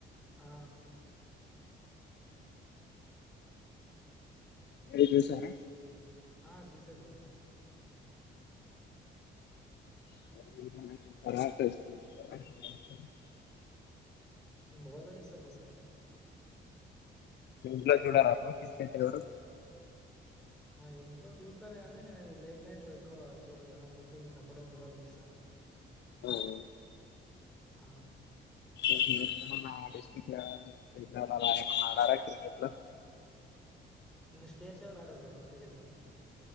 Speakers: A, in the centre; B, on the left.
A: ఆ
B: మీరు చూసారా
A: ఆ చూసా బ్రో
B: <unintelligible>
A: నేను మొబైల్ లో చూసా బ్రో
B: మీ ఇంట్లో చూడరా బ్రో క్రికెట్ ఎవరు
A: ఇంట్లో చూస్తారు కానీ లేట్ నైట్ ఎక్కువ చూడరు కదా అందుకే నేను అక్కడే మొబైల్లో చూసాను
B: అవున
A: ఆ
B: మీరేమన్నా డిస్టిక్ లెవెల్ స్టేట్ లెవెల్ ఆడారా క్రికెట్లో
A: నేను స్టేట్ లెవెల్ ఆడా బ్రో క్రికెట్లో